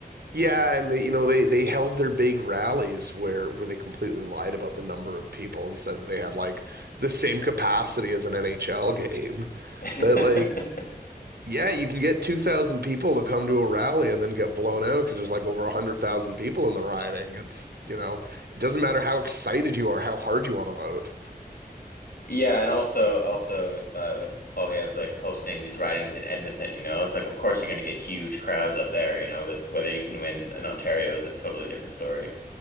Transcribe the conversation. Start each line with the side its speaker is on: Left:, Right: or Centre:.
Right: Yeah, and they, you know they they held their big rallies where where they completely lied about the number of people and said that they had like the same capacity as an NHL <laughs> game,
Left: <laughs>
Right: but like yeah, you can get 2,000 people to come to a rally and then get blown out because there's like over 100,000 people in the rioting. It's, you know, it doesn't matter how excited you are, how hard you want to vote.
Left: Yeah, and also also with uh, with Paulie of like hosting these ridings in Edmonton, you know, it's like of course you're going to get huge crowds up there, you know, but whether you can win in Ontario is a totally different story.